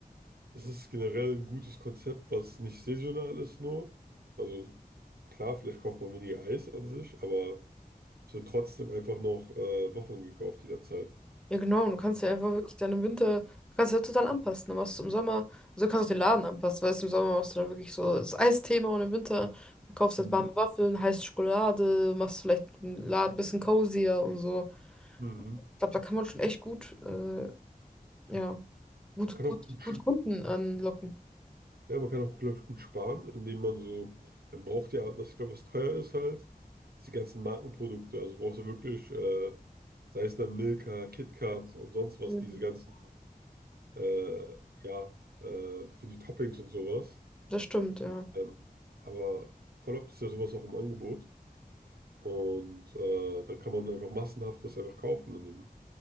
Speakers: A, on the right; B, in the centre.
A: Es ist generell ein gutes Konzept, was nicht saisonal ist nur. Also klar, vielleicht kauft man weniger Eis an sich, aber es wird trotzdem einfach noch äh, Waffeln gekauft jederzeit.
B: Ja, genau. Und du kannst ja einfach wirklich dann im Winter, du kannst ja total anpassen. Dann machst du im Sommer, also du kannst auch den Laden anpassen, weißt du, im Sommer machst du dann wirklich so das Eisthema und im Winter verkaufst
A: Mhm.
B: du halt warme Waffeln, heiße Schokolade, machst vielleicht den Laden ein bisschen cozier und so.
A: Mhm.
B: Ich glaube, da kann man schon echt gut, äh, ja, gut,
A: Man kann
B: gut,
A: auch gut,
B: gut
A: sch-
B: Kunden anlocken.
A: ja, man kann auch, glaube ich, gut sparen, indem man so, man braucht ja, was ich glaube, was teuer ist halt, diese ganzen Markenprodukte. Also du brauchst ja wirklich, äh, sei es dann Milka, KitKat und sonst was,
B: Mhm.
A: diese ganzen, äh, ja, äh, für die Toppings und sowas.
B: Das stimmt, ja.
A: Ähm, aber voll oft ist ja sowas auch im Angebot. Und äh, dann kann man einfach massenhaft das einfach kaufen in dem